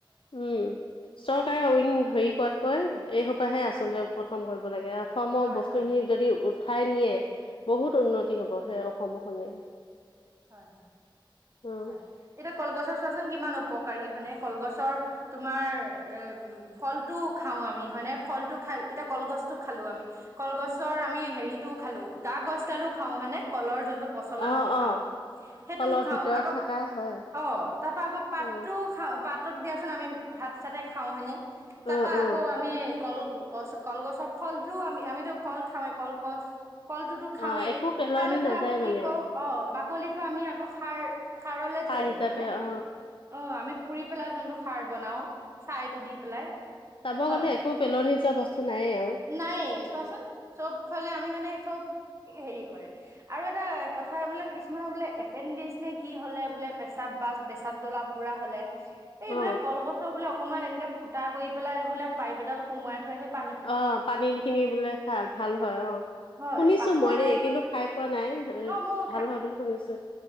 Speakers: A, on the left (about 75°); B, on the right (about 35°).
A: উম, চৰকাৰে ৱিন হেৰি কৰাতকৈ এই সোপাহে আচলতে
B: হয়
A: প্ৰথম কৰিব ব লাগে, সম
B: হয়
A: বস্তুখিনি
B: হয়
A: যদি উঠাই নিয়ে বহুত
B: হয়
A: উন্নতি হব সেই হ'ব হলে।
B: হয় হয়
A: অ
B: হয়, এতিয়া কলগছৰ চোৱাচোন কিমান উপক উপকাৰী হয়নে কলগছৰ তোমাৰ এ ফলটো খাওঁ আমি হয়নে? ফলটো খাই এতিয়া কলগছটো খালো আমি, কলগছৰ আমি হেৰিটো খালোঁ গা- গছডালো খাওঁ হয়নে কলৰ যোন টো পচলা
A: অ
B: আমি খাওঁ।
A: অ
B: সেইটো
A: অলপ
B: খাওঁ
A: ভিতৰত
B: আকৌ,
A: থকা হয়
B: অ তাৰ পৰা আকৌ পাতটো
A: অ
B: খাওঁ। পাতত দিয়াচোন আমি ভাত চাতে খাওঁ হয়েনে, তাৰাপা
A: অ অ
B: আকৌ আমি কলগছ -কলগছৰ ফলটো আমি আমিতো ফল খাওঁৱে কলগছ কলটোতো খাওঁৱেই,
A: অ একো পেলনি
B: খাই লৈ পেলাই
A: নাযায়
B: আকৌ কি
A: মানে আৰু
B: অ বাক কিটো আমি আক খাৰ খাৰলে
A: সাৰ
B: থৈ দিওঁ
A: হিচাপে
B: হয়নে?
A: অ
B: অহ আমি পুৰি পেলাই যোনটো খাৰ বনাও, ছাইটো দি পেলাই
A: চাব
B: হয়।
A: গ'লে একো পেলনি যোৱা বস্তু নাইয়ে আৰু
B: নাই চোৱাচোন, চব ফালে আমি মানে চব হেৰি কৰে আৰু এটা কথা বোলে কিছুমানৰ বোলে এপেণ্ডিকছ নে কি হলে বোলে পেচাব বা পেছাব জ্বলা পোৰা হ'লে। এই
A: অ
B: বোলে কলগছৰ বোলে অকনমান এনেকে ফুটা কৰি পেলাই বোলে পাইপ এডাল সোমোৱাই থয়, সেই পা
A: অ পানীৰ খিনি বোলে ভাল ভাল হয়, অ।
B: হয়
A: শুনিছো
B: পাথৰ
A: মই দেই কিন্তু খাই পোৱা নাই, এ
B: অ ময়ো
A: ভাল হয় বুলি শুনিছো,